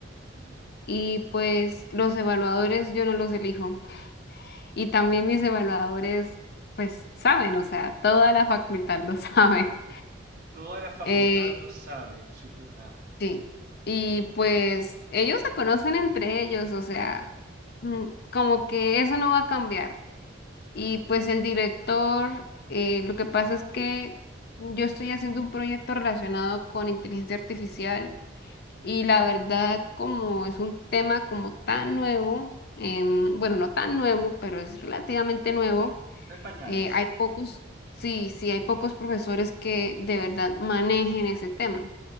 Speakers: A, on the right; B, on the left.
A: Ujú.
B: Y pues los evaluadores yo no los elijo. Y también mis evaluadores, pues saben, o sea, toda la facultad lo <laughs> sabe.
A: Toda la facultad
B: Eh,
A: lo sabe, chuta.
B: Sí, y pues ellos se conocen entre ellos, o sea, mm, como que eso no va a cambiar. Y pues el director, eh, lo que pasa es que yo estoy haciendo un proyecto relacionado con inteligencia artificial y la verdad como es un tema como tan nuevo, em, bueno, no tan nuevo, pero es relativamente nuevo,
A: Está en pañales.
B: eh, hay pocos, sí, sí, hay pocos profesores que de verdad manejen ese tema